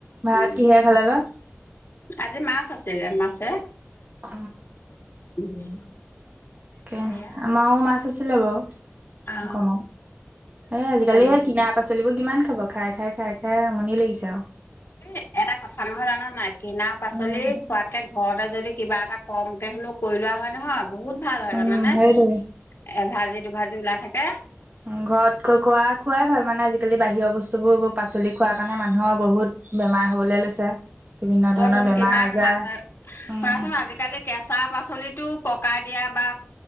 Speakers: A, on the right; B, on the left.
A: ভাত
B: উম
A: কিহে খালে বা।
B: আজি মাছ আছিল যে মাছে।
A: অ
B: উম
A: তাকে
B: সেয়া
A: আমাও মাছ আছিলে বাও
B: অ
A: কমও এ আজিকালি
B: ভালেই
A: সেই কিনা পাচলিবোৰ কিমান খাব খাই খাই খাই খাই আমনি লাগিছে আও
B: এ এটা কথা নহয় জান নাই কিনা পাচলি
A: উম,
B: খোৱাতকে ঘৰতে যদি কিবা এটা কমকে হ'লেও কৰি লোৱা হয় নহয় বহুত ভাল হয়
A: উম,
B: জানানে
A: সেইটোৱে
B: এ ভাজি দু ভাজি ওলাই থাকে
A: উম ঘৰত কৈ কোৱা খোৱাই ভাল মানে আজিকালি বাহিৰৰ বস্ বস্তুবোৰ পাচলি খোৱা কাৰণে মানুহৰ বহুত বেমাৰ হবলে লৈছে বিভিন্ন
B: বতন
A: ধৰণৰ বেমাৰ
B: কিমান
A: আজাৰ
B: মানুহে
A: উম
B: শুনাচোন আজিকালি কেঁচা পাচলিত টো পকাই দিয়া বা